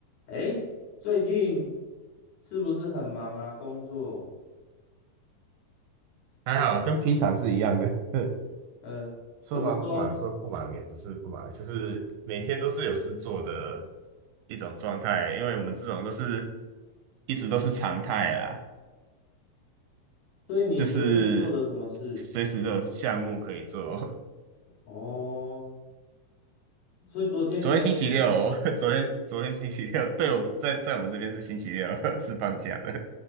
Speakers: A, on the left (about 60°); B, on the right (about 80°).
A: 哎，最近是不是很忙啊？工作？
B: 还好，跟平常是一样的。<laughs>
A: 呃，
B: 说忙不忙，
A: 怎么说？
B: 说不忙也不是不忙，就是每天都是有事做的一种状态。因为我们这种都是一直都是常态啦，
A: 所以你昨天做了什么事？
B: 就是随时都有项目可以做。
A: 哦，所以昨天你有什么任务？
B: <laughs> 昨天星期六，<laughs> 昨天昨天星期六，对，我在在我们这边是星期六，<laughs> 是放假的。